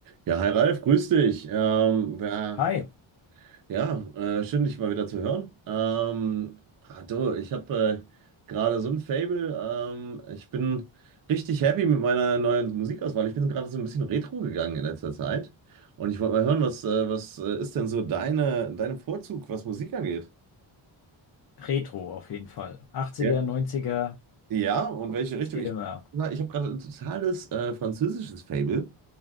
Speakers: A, on the right (about 45°); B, on the left (about 50°).
A: Ja, hi Ralf, grüß dich. Ähm, ja,
B: Hi,
A: ja äh, schön, dich mal wieder zu hören. Ähm, ah, du, ich habe äh, gerade so ein Fable. Ähm, ich bin richtig happy mit meiner neuen Musikauswahl. Ich bin gerade so ein bisschen retro gegangen in letzter Zeit. Und ich wollte mal hören, was, äh, was äh, ist denn so deine, dein Vorzug, was Musik angeht?
B: Retro auf jeden Fall. 80er,
A: Ja.
B: 90er,
A: Ja, und welche
B: es
A: Richtung?
B: geht
A: Ich,
B: immer.
A: ich habe gerade ein totales äh, französisches Fable.